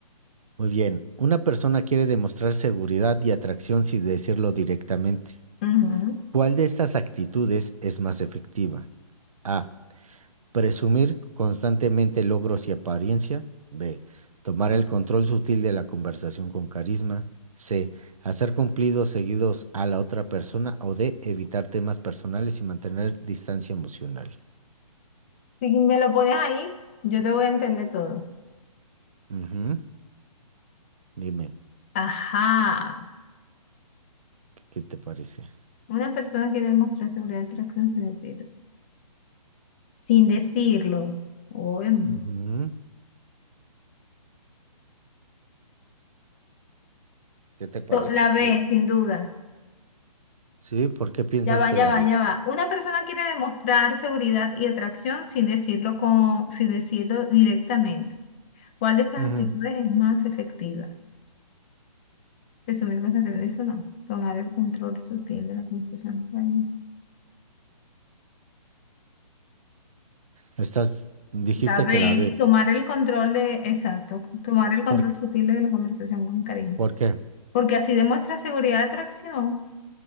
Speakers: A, on the right; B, on the left.
A: Muy bien, una persona quiere demostrar seguridad y atracción sin decirlo directamente.
B: Ujú.
A: ¿Cuál de estas actitudes es más efectiva? A. Presumir constantemente logros y apariencia. B. Tomar el control sutil de la conversación con carisma. C. Hacer cumplidos seguidos a la otra persona. O D. Evitar temas personales y mantener distancia emocional.
B: Si me lo pones ahí, yo te voy a entender todo.
A: Ujú. Dime,
B: Ajá.
A: ¿qué te parece?
B: Una persona quiere demostrar seguridad de atracción sin decirlo. Sin decirlo. Uy, mm.
A: Ujú. ¿Qué te parece?
B: To- La
A: ¿Cuál?
B: B, sin duda.
A: Sí, ¿por qué piensas
B: Ya va,
A: que
B: ya
A: la
B: va,
A: B?
B: ya va. Una persona quiere demostrar seguridad y atracción sin decirlo con, sin decirlo directamente. ¿Cuál de estas
A: Ujú.
B: actitudes es más efectiva? Resumir cosas de eso no. Tomar el control sutil de la conversación. Ay, no sé.
A: Estás, dijiste
B: La B,
A: que la B.
B: tomar el control de, exacto, tomar el control
A: ¿Por, qué?
B: sutil de la conversación con cariño.
A: por qué?
B: Porque así demuestra seguridad de atracción.